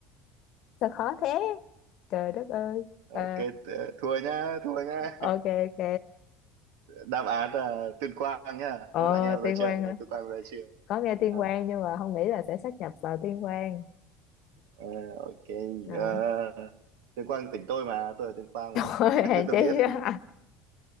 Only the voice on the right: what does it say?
Ok, t- thua nhá, thua nhá. <laughs>
Đáp án là Tuyên Quang nhá.
Thôi anh em ra
chưa?
Nghe Tuyên Quang ra chưa?
À,
ờ, ok.
ờ,
Tuyên Quang tỉnh tôi mà, tôi ở Tuyên Quang
mà. <laughs>
Nên tôi
biết.